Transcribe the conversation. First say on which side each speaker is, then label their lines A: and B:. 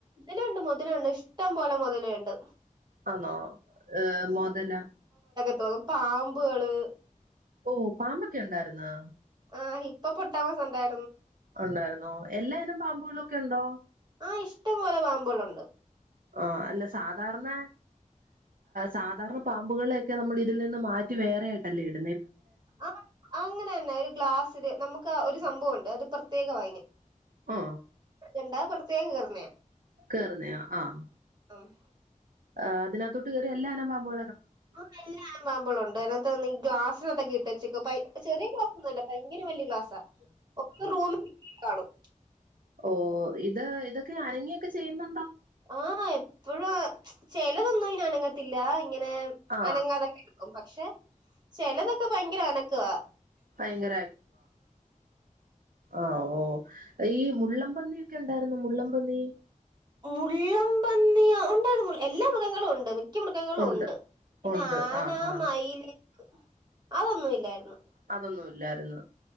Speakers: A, on the right; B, on the right.
A: ലുണ്ട് മൊതലെണ്ട് ഇഷ്ടം പോലെ മൊതെ ലെണ്ട്
B: ആന്നോ ഏ മൊതല
A: ഹൊ <unintelligible> പാമ്പേള്
B: ഓ പാമ്പൊക്കെ ഉണ്ടായിര്ന്നൊ
A: ആഹ് ഇപ്പ പൊട്ടാമസംന്തായ
B: ഉണ്ടായിരന്നോ എല്ലായിനും പാമ്പുകളൊക്കെ ഉണ്ടോ
A: ആഹ് ഇഷ്ടം പോലൊപാമ്പോളുണ്ട്
B: ആഹ് അല്ല സാധാരെണ സാധാരണ പാമ്പുകളെയൊക്കെ നമ്മൾ ഇതിൽ നിന്ന് മാറ്റി വേറെയായിട്ടല്ലേ ഇ
A: ആ അങ്ങനെന്നെ ഒരു ഗ്ലാസില് നമുക്ക് ക്കഒരു സംഭവുണ്ട് അത് പ്രത്യേക വായന്
B: ആ
A: എന്താ പുറത്ത് തേം കേറ്ന്നെ
B: കേറുന്നയാ ആഹ്
A: ആഹ്
B: ആഹ് അതിനത്തോട്ട് കേറിയ എല്ലാരപാമ്പോ
A: <unintelligible> പാമ്പെള്ണ്ട് അയ്നാത്ത് ഇ ഗ്ലാസി <unintelligible> തെങ്കിട്ട്ചക്ക പൈ ചെറ്യേയ ഗ്ലാസ്സൊന്നുല്ല ഭയങ്കര വല്ല്യ ഗ്ലാസ്സ് സ ഒക്ക റൂമിൽ <unintelligible> കാണും
B: ഓഹ് ഇത് ഇതൊക്കെ അനങ്ങിയൊക്കെ ചെയ്യുന്ന
A: ആഹ് എപ്പഴ <inaudible> ചെലതൊന്നും ഇനനങ്ങത്തില്ല ഇങ്ങനെ
B: ആ
A: അനങ്ങാതെ ക്കും പക്ഷെ ചെലത് ക്ക് ഭയങ്കര അനക്കവ
B: ഭയങ്കര ആഹ് ഓഹ് ഈ മുള്ളൻ പന്നിയൊക്കെ ഒണ്ടായിരുന്നോ മുള്ളൻ പന്നി
A: മുള്ളം പന്നിയോ ഒണ്ടായിരുന്നു എല്ലാ മൃഗങ്ങളും ഒണ്ട് മിക്ക മൃഗങ്ങളും
B: ഉണ്ട്
A: ഒണ്ട് പിന്നെ
B: ഉണ്ട്
A: ആന
B: ആ ആ
A: മയില്- അതൊന്നും ഇല്ലാരുന്നു
B: അതൊന്നും ഇല്ലാരുന്നു